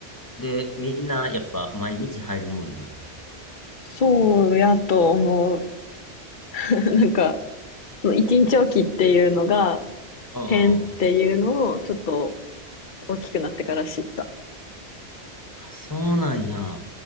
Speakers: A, on the left; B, on the left.
A: で、みんなやっぱ毎日入るもんなの。
B: そうやと思う。<laughs> なんか、その一日おきっていうのが
A: うんうん。
B: 変っていうのをちょっと大きくなってから知った。
A: あ、そうなんや。